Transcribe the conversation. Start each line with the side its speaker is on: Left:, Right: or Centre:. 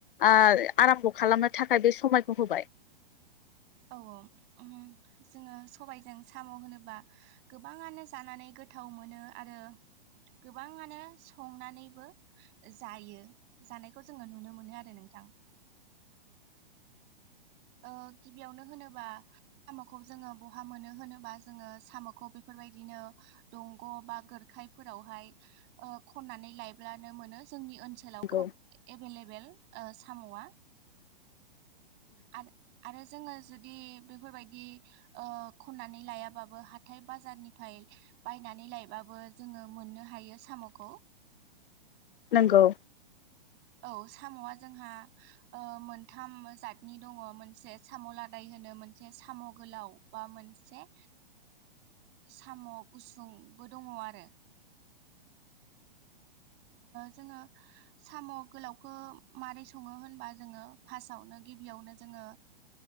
Left: आराम्भ' खालामनो थाखाय बे समायखौ होबाय। <inaudible>
Right: औ औ जोङो सबबायजों साम' होनोब्ला गोबाङानो जानानै गोथाव मोनो आरो। गोबाङानो संनानैबो जायो जानायखौ जोङो नुनो मोनो आरो नोंथां थां
Left: <inaudible>
Right: ओ गिबियावनो होनोबा साम'खौ जोङो बहा मोनो होनोबा जोङो साम'खौ बेफोर बेफोरबायदिनो दंग' बा गोरखायफोरावहाय खननानै लायब्लानो मोनो। जोंनि ओनसोलाव
Left: नंगौ
Right: खोब एभेलेबेल साम'आ आरो आरो जोङो जुदि बेफोरबायदि खन्नानै लायाबाबो हाथाय बाजारनिफ्राय बायनानै लायबाबो जोङो मोननो हायो साम'खौ
Left: नंगौ।
Right: औ साम'आ जोंहा मोनथाम जातनि दङ मोनसे साम' लादाय होन मोनसे साम' गोलाव बा मोनसे साम' गुसुंबो दङ आरो जोङो साम' गोलावखौ मारोरै सङो होनबा जोङो फार्स्टआवनो गिबियावनो जोङो